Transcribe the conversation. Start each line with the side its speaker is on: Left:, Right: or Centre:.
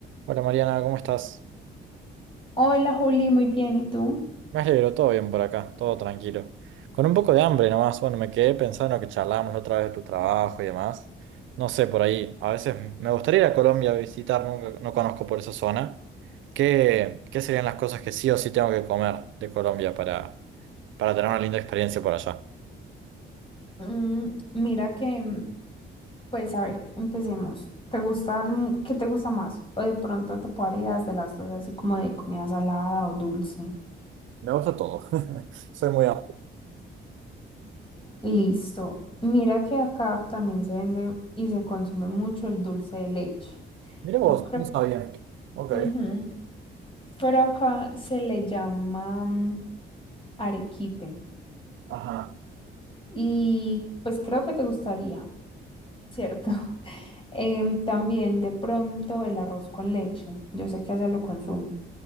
Right: Hola Mariana, ¿cómo estás?
Left: Hola Juli, muy bien, ¿y tú?
Right: Me alegro, todo bien por acá, todo tranquilo. Con un poco de hambre nomás, bueno, me quedé pensando que charlamos la otra vez de tu trabajo y demás. No sé, por ahí, a veces me gustaría ir a Colombia a visitar, nunca, no conozco por esa zona. ¿Qué, qué serían las cosas que sí o sí tengo que comer de Colombia para, para tener una linda experiencia por allá?
Left: Mm, mira que, mm, pues a ver, empecemos. ¿Te gusta, mm, qué te gusta más? O de pronto te puedo dar ideas de las dos, así como de comida salada o dulce.
Right: Me gusta todo. <laughs> Soy muy amplio.
Left: Listo. Mira que acá también se vende y se consume mucho el dulce de leche.
Right: Mira vos,
Left: No creo.
Right: no sabía. Ok.
Left: Ujú, Pero acá se le llama mm, arequipe.
Right: Ajá.
Left: Y pues creo que te gustaría, ¿cierto? Em, también de pronto el arroz con leche. Yo sé que allá lo consumen.